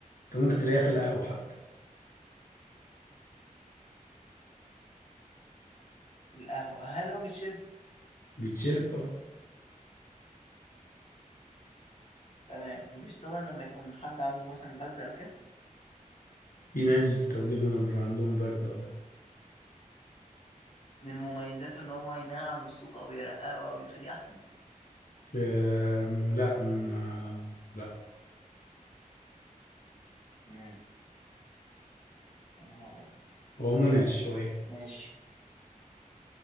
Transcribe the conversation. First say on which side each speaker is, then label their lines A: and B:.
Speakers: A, on the left (about 80°); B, on the left (about 45°).
A: ممكن تلاقيها في القهوة حتى
B: القهوه هل هو بيشرب
A: بتشرب اه
B: تمام بيستخدم لما يكون حد عنده مثلا بلدة او كده
A: في ناس بتستخدمه لما بيبقى عندهم برد اه
B: من مميزاته ان هو ينعم الصوت او يرققه او يخليه احسن
A: أم، لا ما لا
B: مم. يا نهار ابيض
A: هو منعش شوية
B: ماشي